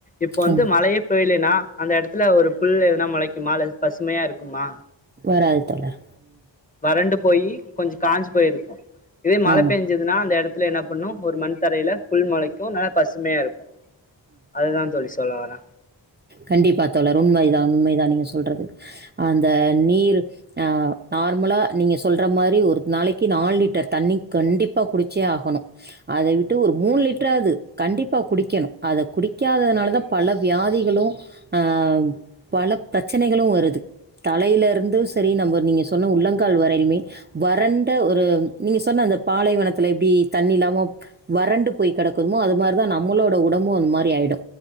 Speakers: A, on the left (about 20°); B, on the right (about 25°).
A: இப்போ வந்து
B: ம்.
A: மழையே பயலன்னா அந்த எடத்துல ஒரு புல் எதனா மொளைக்குமா அல்லது பசுமையா இருக்குமா
B: வாராது தோழர்
A: வறண்டு போயி கொஞ்சொ காஞ்சு போயிருக்கு இதே மழை
B: ஆமாம்
A: பெஞ்சு பெஞ்சதுனா அந்த எடத்துல என்ன பண்ணு ஒரு மண் தரையில புல் மொளைக்கு நல்லா பசுமையா இருக்கு அதா தோழி சொல்ல வரே
B: கண்டிப்பா தோழர் உண்மைதா உண்மைதா நீங்க சொல்றது அந்த நீர் ஆ நார்மலா நீங்க சொல்ற மாரி ஒரு நாளைக்கி நாலு லிட்டர் தண்ணி கண்டிப்பா குடிச்சே ஆகணு அத விட்டு ஒரு மூணு லிட்டராது கண்டிப்பா குடிக்கணு அத குடிக்காததுனால தா பல வியாதிகளு அ பல பிரச்சனைகளு வருது தலைல இருந்து சேரி நம்ம நீங்க சொன்ன உள்ளங்கால் வரையுமே வறண்ட ஒரு நீங்க சொன்ன அந்த பாலைவனத்துல எப்படி தண்ணி இல்லாம வறண்டு போய் கெடக்குதுமோ அது மாரிதா நம்மளோட உடம்பு அந்த மாரி ஆயிடு